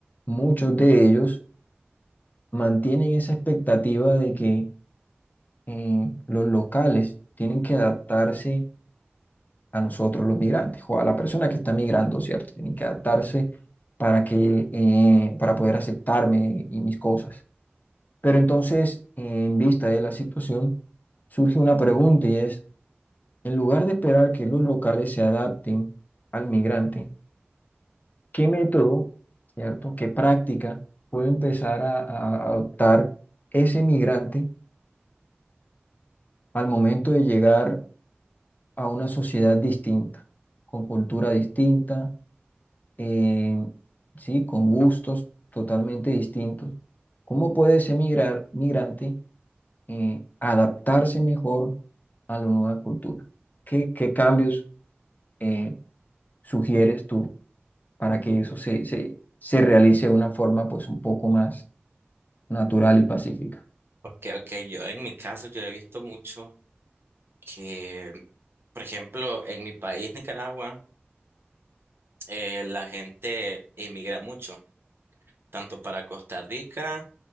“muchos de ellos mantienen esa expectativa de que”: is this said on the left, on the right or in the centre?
Left